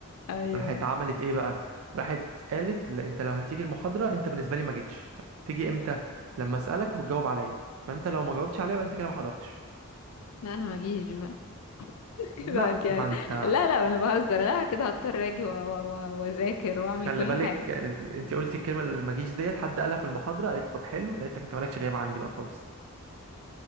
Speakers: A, on the left (about 75°); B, on the right (about 70°).
A: ايوه
B: راحت عملت ايه بقى راحت قالت لا انت لو هتيجي المحاضره انت بالنسبه لي ما جيتش تيجي امتى لما اسالك وتجاوب عليا فانت لو ما جاوبتش عليا بقى انت كده ما حضرتش
A: لا انا ما اجيش بقى <laughs>
B: لا
A: كده انت
B: ما انت
A: لا لا انا بهزر لا كده هضطر اجي و- و- و- واذاكر واعمل
B: خلي
A: كل
B: بالك
A: حاجه
B: آه، انت قلتي الكلمه اللي ما جيش ديت حد قالها في المحاضره قالت له طب حلو قالت لك انت مالكش غياب عندي بقى خالص